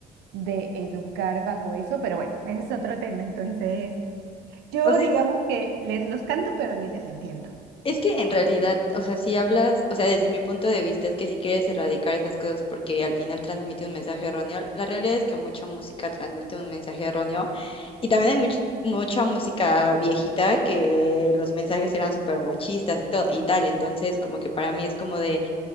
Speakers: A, on the right (about 80°); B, on the left (about 30°).
A: de educar bajo eso, pero bueno, ese es otro tema. Entonces, yo
B: O sea,
A: digamos que les los canto, pero ni les entiendo.
B: Es que en realidad, o sea, si hablas, o sea, desde mi punto de vista es que si quieres erradicar esas cosas porque al final transmite un mensaje erróneo, la realidad es que mucha música transmite un mensaje erróneo y también hay much- mucha música viejita que los mensajes eran súper machistas y, todo y tal, entonces como que para mí es como de